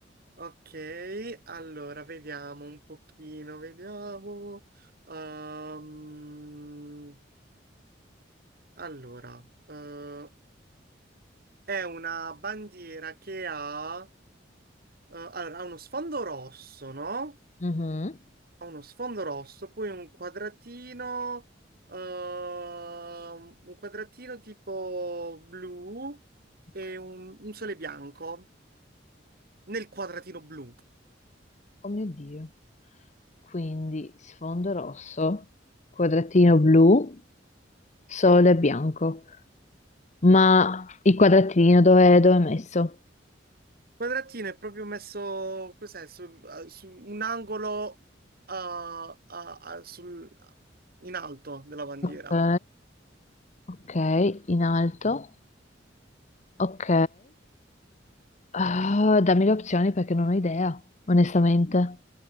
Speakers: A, on the right (about 55°); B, on the left (about 40°).
A: Ok, allora vediamo un pochino, vediamo. Ehm, allora, eh, è una bandiera che ha, eh, allora, ha uno sfondo rosso, no?
B: Mhm.
A: Ha uno sfondo rosso, poi un quadratino, ehm, un quadratino tipo blu
B: Ok.
A: e un, un sole bianco nel quadratino blu. Il
B: Oh mio Dio. Quindi sfondo rosso, quadratino blu, sole bianco. Ma il quadratino dove, dove è messo?
A: quadratino è proprio messo, cos'è, su, eh, su un angolo eh, a- a- sul- in alto della bandiera.
B: Ok, ok, in alto. Ok. Ah, dammi le opzioni perché non ho idea, onestamente.